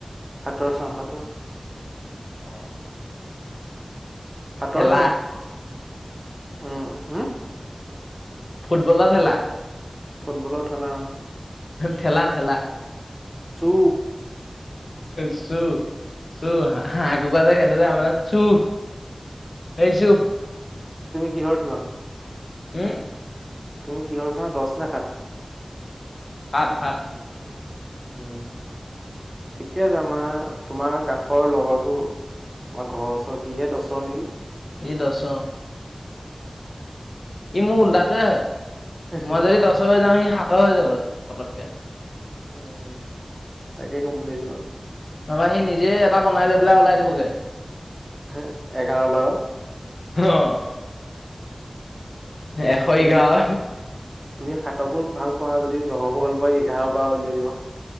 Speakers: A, on the right; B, on the left.
A: সাতৰ চাওঁ সাতৰ।
B: অ',
A: সাতৰ
B: ঠেলা
A: চ উম, উম,
B: ফুটবলৰ খেলা।
A: ফুটবলৰ থেলা।
B: ঠেলা ঠেলা
A: চু
B: চুৰ। শু <unintelligible> সেইটো যে আমাৰ তাত। চুৰ পাইছো।
A: কিহ দোৱা।
B: হ
A: তুমি কিহ চা দছ ৰছখাত।
B: সাত সাত।
A: উম ঠিকে আছে। আমাৰ তোমাৰ কাষৰ লগৰটো। আমাৰ ঘৰৰ ওচৰৰ সিহে দষৰ নেকি।
B: এই দচ। ই মোৰ উল্টাাতোৱে হয়
A: আৰু
B: মই যদি দহ যাও সি সাত পত হৈ যাব পতককে।
A: উম, তাকে কম বুলি ভাবি ছিলো।
B: নহবা সি নিজে এটা বনাই লৈ ওলাই দিবগে।
A: হ এঘাৰ বাৰ
B: অ', এশ
A: তুমি
B: ই গাঁও
A: যদি সাত তুমি সাতকো ভাল পোৱা যদি দহকো ভাল পা এঘাৰ পৰাাৰ উলিয়াই দিব।